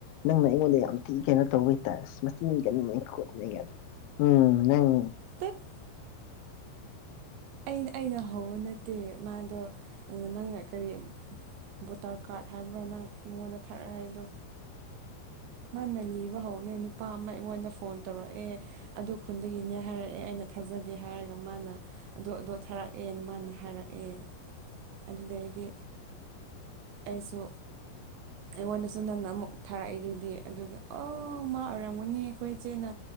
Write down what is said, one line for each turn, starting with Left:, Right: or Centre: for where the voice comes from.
Left: ꯅꯪꯅ ꯑꯩꯉꯣꯟꯗ ꯌꯥꯝ ꯊꯤ ꯀꯩꯅꯣ ꯇꯧꯕꯩꯇꯥꯔꯦ ꯃꯆꯤꯟ ꯀꯟꯕꯅꯤ ꯈꯣꯠꯄꯅꯤ ꯎꯝ ꯅꯪ
Right: ꯄꯦꯛꯠ ꯑꯩꯅ ꯑꯩꯅ ꯍꯧꯕ ꯅꯠꯇꯦ ꯃꯥꯗꯣ ꯅꯪꯅ ꯀꯔꯤ ꯚꯣꯇꯔ ꯀꯥꯔꯠ ꯍꯥꯏꯕ꯭ꯔꯥ ꯅꯪ ꯃꯉꯣꯟꯗ ꯊꯥꯔꯛꯑꯦꯗꯣ ꯃꯥꯅ ꯂꯤꯕ ꯍꯧꯅꯦ ꯅꯨꯄꯥ ꯑꯃ ꯑꯩꯉꯣꯟꯗ ꯐꯣꯟ ꯇꯧꯔꯛꯑꯦ ꯑꯗꯨ ꯈꯨꯟꯗꯒꯤꯅꯦ ꯍꯥꯏꯔꯛꯑꯦ ꯑꯩꯅ ꯊꯥꯖꯗꯦ ꯍꯥꯏꯔꯒ ꯃꯥꯅ ꯑꯗꯣ ꯊꯥꯔꯛꯑꯦꯅ ꯃꯥꯅ ꯍꯥꯏꯔꯛꯑꯦ ꯑꯗꯨꯗꯩꯗꯤ ꯑꯩꯁꯨ ꯑꯩꯉꯣꯟꯗꯁꯨ ꯅꯪꯟꯅ ꯑꯃꯨꯛ ꯊꯥꯔꯛꯏꯗꯨ ꯗꯤ ꯑꯗꯨꯒ ꯑꯣ ꯃꯥ ꯑꯣꯏꯔꯝꯒꯅꯤ ꯑꯩꯈꯣꯏ ꯏꯆꯦꯅ